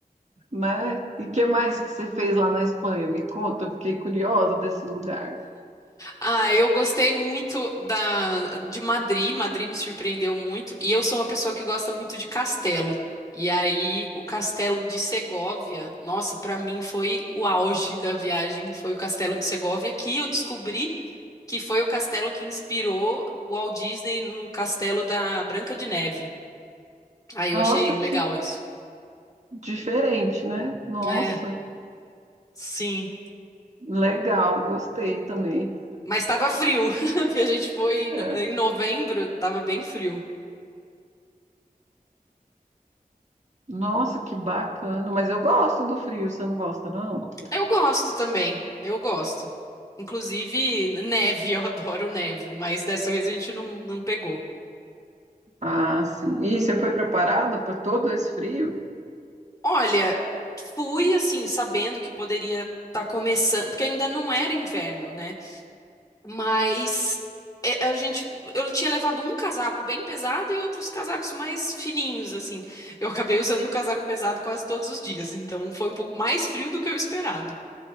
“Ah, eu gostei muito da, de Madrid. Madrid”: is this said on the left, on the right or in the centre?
Left